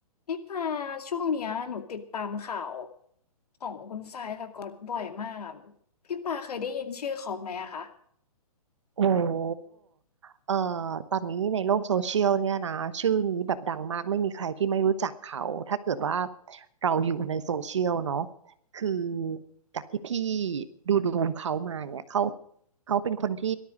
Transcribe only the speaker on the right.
โอ้โหเอ่อตอนนี้ในโลกโซเชียลเนี่ยนะชื่อนี้แบบดังมากไม่มีใครที่ไม่รู้จักเขาถ้าเกิดว่าเราอยู่ในโซเชียลเนาะคือจากที่พี่ดูดูเขามาเนี่ยเขาเขาเป็นคนที่